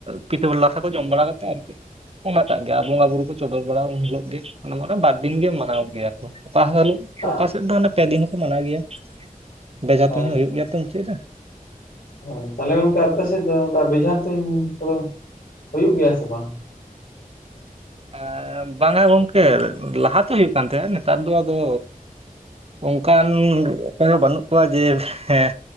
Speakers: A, on the right; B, on the left.
A: ᱯᱤᱴᱷᱟᱹ ᱞᱟᱴᱷᱟ ᱠᱚ ᱡᱚᱢ ᱵᱟᱲᱟ ᱠᱟᱛᱮᱫ ᱟᱨᱠᱤ, ᱚᱱᱟᱴᱟᱜ ᱜᱮ ᱟᱨ ᱵᱚᱸᱜᱟ ᱵᱩᱨᱩ ᱠᱚ ᱪᱚᱰᱚᱨ ᱵᱟᱲᱟ ᱩᱱ ᱦᱤᱞᱳᱜ ᱜᱮ ᱵᱟᱨᱫᱤᱱ ᱜᱮ ᱢᱟᱱᱟᱣ ᱜᱮᱭᱟ ᱚᱠᱟ ᱦᱤᱞᱳᱜ
B: ᱟᱜ
A: ᱚᱠᱟ ᱥᱮᱫ ᱫᱚ ᱦᱟᱱᱮ ᱯᱮ ᱫᱤᱱ ᱦᱚᱸᱠᱚ ᱢᱟᱱᱟᱣ ᱜᱮᱭᱟ ᱵᱮᱡᱦᱟ
B: ᱦᱳᱭ
A: ᱛᱩᱸᱧ ᱦᱚᱸ ᱦᱩᱭᱩᱜ
B: ᱦᱳᱭ
A: ᱜᱮᱭᱟ ᱛᱚ᱾ <inaudible>
B: ᱦᱳᱭ ᱛᱟᱦᱚᱞᱮ ᱜᱚᱝᱠᱮ ᱟᱯᱮ ᱥᱮᱫ ᱫᱚ ᱚᱱᱠᱟ ᱵᱮᱡᱷᱟ ᱛᱩᱧ ᱠᱚ ᱦᱩᱭᱩᱜ ᱜᱮᱭᱟ ᱥᱮ ᱵᱟᱝ
A: ᱮᱻ ᱵᱟᱝᱟ ᱜᱚᱝᱠᱮ ᱞᱟᱦᱟᱛᱮ ᱦᱩᱭᱩᱜ ᱠᱟᱱ ᱛᱟᱦᱮᱸᱫ ᱱᱮᱛᱟᱨ ᱫᱚ ᱟᱫᱚ ᱚᱱᱠᱟᱱ ᱚᱠᱚᱭᱦᱚᱸ ᱵᱟᱹᱱᱩᱜ ᱠᱚᱣᱟ ᱡᱮ ᱦᱮᱸ